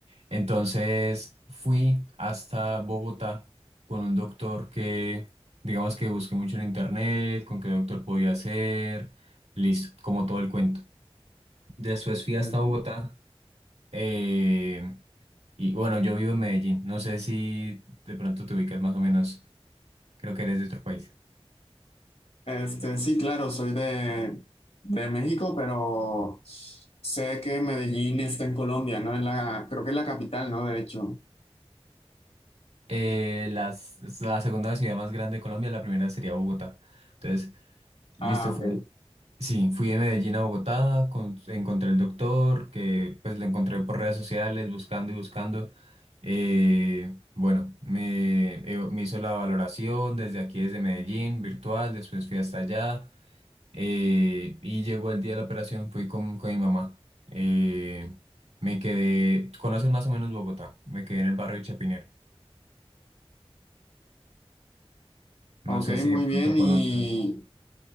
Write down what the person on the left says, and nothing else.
Ujú.
Este, sí, claro, soy de, de México, pero sé que Medellín está en Colombia, ¿no? En la, creo que es la capital, ¿no? De hecho.
Ah,
ok.
Ok,
muy
bien. Y,